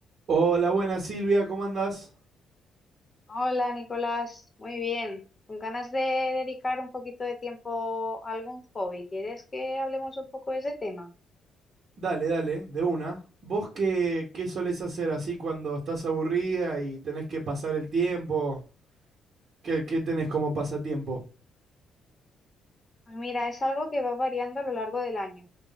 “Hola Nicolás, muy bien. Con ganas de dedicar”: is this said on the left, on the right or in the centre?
Left